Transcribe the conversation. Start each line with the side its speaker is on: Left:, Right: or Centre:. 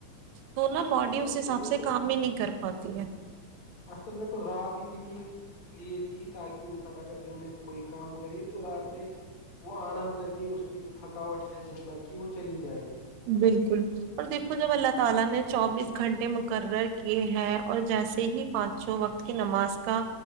Right: تو نہ باڈی
Left: ہاں
Right: اس
Left: اصل
Right: حساب
Left: میں
Right: سے
Left: تو
Right: کام ہی نہیں کر پاتی ہے
Left: اصل میں تو رات اسی کی لیے تھی تاکہ انسان اگر دن میں کوئی کام کرے تو رات میں وہ آرام کر کے اس کی جو تھکاوٹ ہے دن بھر کی وہ چلی جائے
Right: بالکل اور دیکھو جب اللہ تعالی نے چوبیس گھنٹے مقرر کیے ہیں اور جیسے ہی پانچوں وقت کی نماز کا